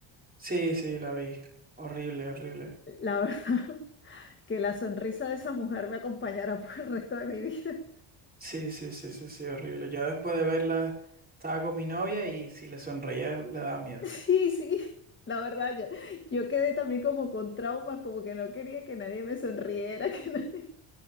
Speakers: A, on the right; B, on the left.
A: Sí, sí, la vi. Horrible, horrible.
B: La verdad <laughs> que la sonrisa de esa mujer me acompañará por el resto de mi vida. <laughs>
A: Sí, sí, sí, sí, sí, horrible. Yo después de verla estaba con mi novia y si le sonreía le daba miedo.
B: Sí, sí, la verdad, yo, yo quedé también como con traumas, como que no quería que nadie me sonriera, <laughs> que nadie...